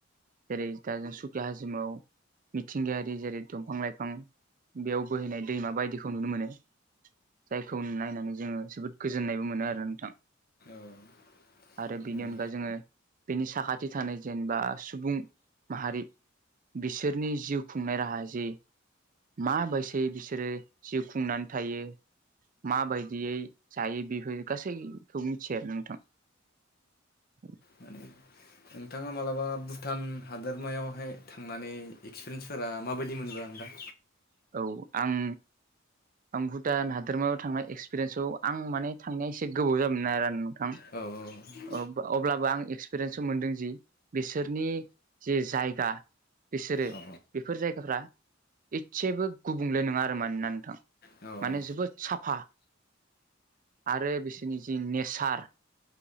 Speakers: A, on the right (about 45°); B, on the left (about 50°).
A: जेरै दा जों सुखिया हाजिमाव मिथिंगायारि जेरै दंफां लाइफां बेयाव बोहैनाय दैमा बायदिखौ नुनो मोनो। जायखौ नायनानै जोङो जोबोद गोजोननायबो मोनो आरो नोंथां
B: औ
A: आरो बेनि
B: माने
A: अनगा जोङो बेनि साखाथि थानाय जेनेबा सुबुं माहारि बिसोरनि जिउ खुंनाय राहा जे माबायसै बिसोरो जिउ खुंनानै थायो। माबायदियै जायो बेफोर गासैखौ मिथियो आरो नोंथां औ
B: माने नोंथाङा मालाबा भुटान हादोरमायावहाय थांनानै एक्सपिरियेन्सफोरा माबायदि मोनबो आं दा
A: औ आं आं भुटान हादोरमायाव थांनाय एक्सपिरियेन्सआव आं माने थांनाया एसे गोबाव जाबोन ना आरो नोंथां
B: औ औ
A: अब्लाबो आं एक्सपिरियेन्स मोनदों जि बिसोरनि जे जायगा। बिसोरो
B: औ
A: बेफोर जायगाफ्रा एसेबो गुबुंले नङा आरो मानोना नोंथां
B: औ
A: माने जोबोद साफा आरो बिसोरनि जि नेचार